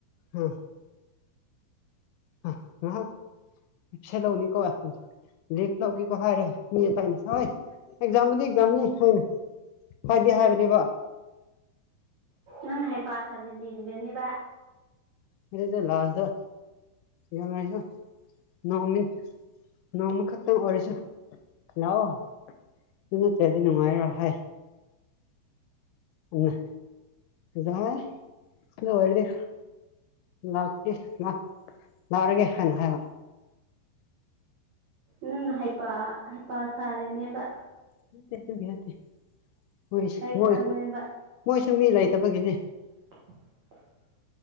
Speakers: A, on the left (about 80°); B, on the right (about 85°).
A: ꯍꯥ ꯍꯥ ꯉꯥꯍꯥꯛ ꯁꯦ ꯂꯧꯅꯤꯀꯣ ꯂꯤꯞ ꯂꯧꯒꯦꯀꯣ ꯍꯥꯏꯔꯥꯒ ꯃꯤꯌꯦꯠ ꯍꯥꯏꯅꯤ ꯁꯥꯍꯣꯏ ꯑꯦꯛꯖꯥꯝꯗꯨꯗꯤ-ꯑꯦꯛꯖꯥꯝꯅꯤ ꯍꯥꯏꯅ ꯍꯥꯏꯗꯤ ꯍꯥꯏꯕꯅꯦꯕ
B: ꯅꯪꯅ ꯍꯩ ꯄꯥ ꯁꯥꯖꯤꯟ ꯂꯤ ꯗꯨꯅꯦꯕ
A: ꯑꯗꯨꯗ ꯂꯥ꯭ꯖꯗ ꯌꯥꯃꯩꯁꯨ ꯅꯥꯎꯃꯤ ꯅꯣꯡꯃ ꯈꯛꯇꯪ ꯑꯣꯏꯔꯁꯨ ꯂꯥꯛꯑꯣ ꯑꯗꯨ ꯅꯠꯇ꯭ꯔꯥꯗꯤ ꯅꯨꯡꯉꯥꯏꯔꯣꯏ ꯍꯥꯏ ꯑꯗꯨꯅ ꯖꯥꯏ ꯂꯣꯏꯔꯥꯗꯤ ꯂꯥꯛꯇꯤ ꯉꯥꯛ ꯂꯥꯔꯒꯦ ꯍꯥꯏꯅ ꯍꯥꯏꯕ
B: ꯅꯪꯅ ꯍꯩꯄꯥ-ꯍꯩꯄꯥ ꯁꯥꯔꯦꯅꯦꯕ
A: ꯅꯠꯇꯦ ꯑꯗꯨ ꯅꯠꯇꯦ ꯃꯣꯏꯁꯨ-ꯃꯣꯏꯁꯨ-ꯃꯣꯏꯁꯨ
B: ꯑꯩ ꯈꯪꯉꯦꯕ
A: ꯃꯤ ꯂꯩꯇꯕꯒꯤꯅꯦ
B: <inaudible>